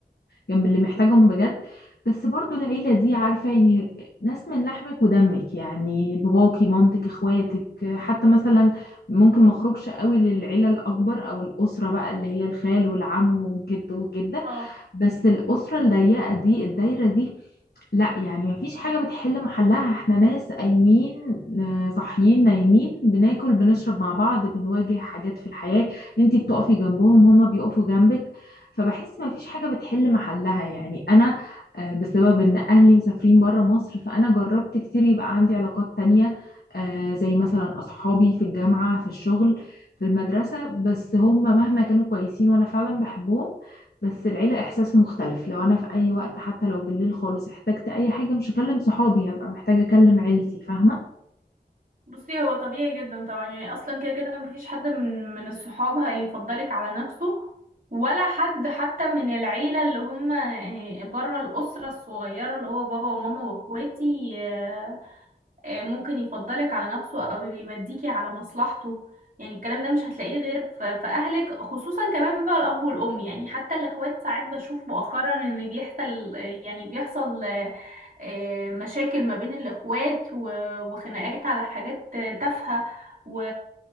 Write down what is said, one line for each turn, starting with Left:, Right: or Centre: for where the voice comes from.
Left: جنب اللي محتاجهم بجد بس برضو العيله دي عارفه يعني ناس من لحمك ودمك يعني باباكي مامتك اخواتك حتى مثلا ممكن ما اخرجش قوي للعيله الاكبر او الاسره بقى اللي هي الخال والعم والجد والجده
Right: اه
Left: بس الاسره الضيقه دي الدايره دي لا يعني مفيش حاجة بتحل محلها احنا ناس قايمين آه، صاحيين نايمين بناكل بنشرب مع بعض بنواجه حاجات في الحياة انتي بتقفي جنبهم هما بيقفوا جنبك فبحس مفيش حاجة بتحل محلها يعني انا آه، بسبب ان اهلي مسافرين برا مصر فانا جربت كتير يبقى عندي علاقات تانية آه، زي مثلا اصحابي في الجامعة في الشغل في المدرسة بس هم مهما كانوا كويسين وانا فعلا بحبهم بس العيلة إحساس مختلف لو أنا في أي وقت حتى لو بالليل خالص احتجت أي حاجة مش هكلم صحابي هبقى محتاجة أكلم عيلتي فاهمة
Right: بصي هو طبيعي جدا طبعا يعني اصلا كده كده مفيش حد من من الصحاب هيفضلك على نفسه ولا حد حتى من العيلة اللي هم بره الأسرة الصغيرة اللي هو بابا وماما واخواتي آه، آه، ممكن يفضلك على نفسه او يوديكي على مصلحته يعني الكلام ده مش هتلاقيه غير ف- في اهلك خصوصا كمان بقى الاب والام يعني حتى الاخوات ساعات بشوف مؤخرا ان بيحصل آه، يعني بيحصل آه، آه، مشاكل ما بين الاخوات و- وخناقات على حاجات آه، تافهة و-